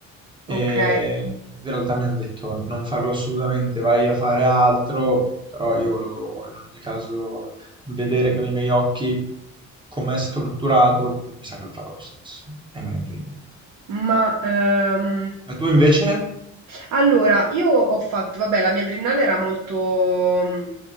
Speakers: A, on the right (about 15°); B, on the right (about 75°).
A: e
B: ok,
A: in realtà mi hanno detto non farlo assolutamente, vai a fare altro, però io volevo in ogni caso vedere con i miei occhi com'è strutturato, quindi mi sa che lo farò lo stesso e me ne frego.
B: ma ehm,
A: E tu invece?
B: allora, io ho fatto, vabbè, la mia triennale era molto, mm,